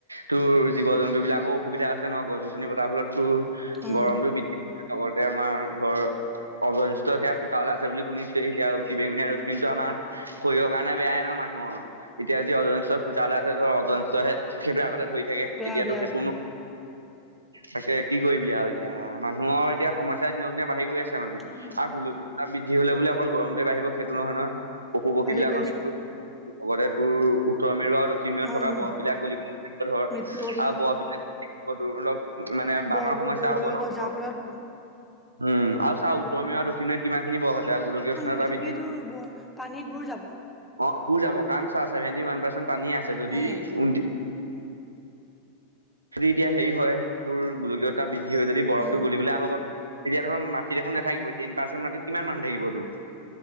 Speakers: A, on the right (about 80°); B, in the centre.
A: তোৰ জীৱ জন্তু বিলাকৰ অসুবিধা আছে ন গছ গছনি পতাৰ ফলত তোৰ।
B: উম
A: গৰমটো বৃদ্ধি লগতে আমাৰ ধৰ অজন স্তৰত সেয়া ফুতা আছে বুলি শুনিছোৱৱেই এতিয়া। অতি বেঙুনীয়া ৰচমিন টো আমাৰ শৰীৰৰ কাৰণে বেয়াই ন মানুহ এতিয়া যি অজন স্তৰত ফুতা উলাইছে ধৰ। স্তৰ হেসেইটোৱে আগতে ধৰি থাকে
B: বেয়া
A: এতিয়াতো
B: বেয়া
A: সেইটো
B: বেয়া
A: ন তাকে কি কৰিবি আৰু এতিয়া মানুহৰ এতিয়া সমস্যা দিনক দিনা বাঢ়ি গৈ আছে। মানে
B: উম
A: আৰু গোলকী স্তৰ বৃদ্ধি হ'লে বুলি অকল গৰমতে বাঢ়িব সেইটো নহয় নহয়। পশু পক্ষী
B: বাঢ়ি
A: বিলাকৰ
B: গৈ আছে
A: মৃত্যু
B: অ'।
A: লগতে তোৰ উত্তৰ মেৰু আৰু দক্ষিণ মেৰুত
B: উম
A: থকা বৰফবিলাক গলিব গলিব ধৰ
B: মৃত্যু হ'ব
A: আৰু বৰফবিলাক অলপ মানে
B: বৰবোৰ
A: বানৰ সমস্যা
B: গলিবলৈ
A: হ'ব
B: ল'ব
A: ন।
B: যাৰ ফলত
A: উম, আৰু চা উত্তৰে আৰু দক্ষিণ মেয়ত কিমানখিনি বৰফ আছে। আৰু গোলকীয় উষ্ণতা
B: পৃথিৱীতো
A: বৃদ্ধি
B: পানীত বোৰ যাব।
A: অ', বুুৰ যাব কাৰণ চা আছে ভভেটি ওৱান পাৰ্চেণ্ট পানী আছে যদি
B: উম
A: যদি এতিয়া হেৰি হয় তোৰ গোলকীয়তা বৃদ্ধি বৰফটো
B: উম
A: গলিবলৈ আহক তেতিয়া ধৰ মাটিত নাথাকিব টেন পাৰ্চেণ্ট মাটিত কিমান মানুহ থাকিব তোৰ।